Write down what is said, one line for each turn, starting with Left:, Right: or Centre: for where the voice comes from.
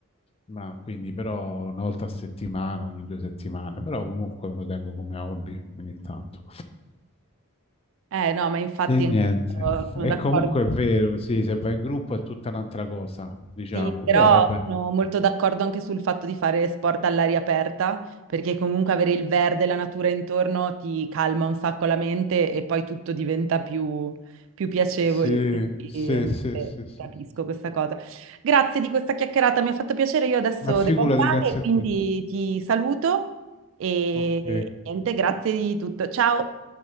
Left: ma quindi però una volta a settimana, ogni due settimane, però comunque me lo tengo come hobby ogni tanto.
Right: Eh no, ma infatti
Left: E niente.
Right: anch'io sono
Left: E
Right: d'accordo.
Left: comunque è vero, sì, se va in gruppo è tutta un'altra cosa, diciamo,
Right: Sì, però
Left: però vabbè.
Right: sono molto d'accordo anche sul fatto di fare sport all'aria aperta, perché comunque avere il verde, e la natura intorno ti calma un sacco la mente e poi tutto diventa più, più piacevole.
Left: Sì,
Right: Quindi,
Left: sì, sì,
Right: eh,
Left: sì, sì,
Right: capisco
Left: sì, sì,
Right: questa
Left: sì.
Right: cosa. Grazie di questa chiacchierata, mi ha fatto piacere. Io adesso
Left: Ma figurati,
Right: devo andare,
Left: grazie
Right: quindi
Left: a te.
Right: ti saluto e
Left: Ok.
Right: niente, grazie di tutto. Ciao.